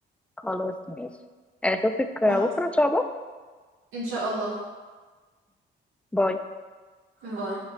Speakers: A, in the centre; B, on the right (about 80°).
A: خلاص ماشي آه، اشوفك بكرة
B: خلاص.
A: ان شاء الله
B: ان شاء الله
A: باي
B: باي